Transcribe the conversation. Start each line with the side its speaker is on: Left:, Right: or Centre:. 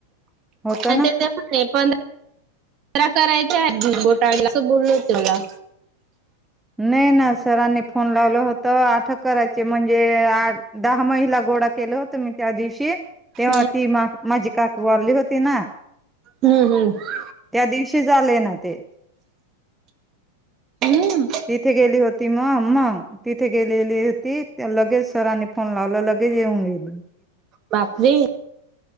Centre: होत
Right: आणि
Centre: ना
Right: ते पण प जरा करायच्या बोटाळ असं बोलल तला
Centre: नाही ना सरांनी फोन लावलं होत आठक करायचे म्हणजे दहा महिला ग डा केलं होत मी त्या दिवशी
Right: हम्म
Centre: तेव्हा ती मा माझी काक वारली होती ना,
Right: हम्म हम्म
Centre: त्या दिवशी झाले ना ते.
Right: हम्म
Centre: तिथे गेली होती मग मग तिथे गेलेली होती लगेच, सरांनी फोन लावला लगेच येऊन गेल.
Right: बापरी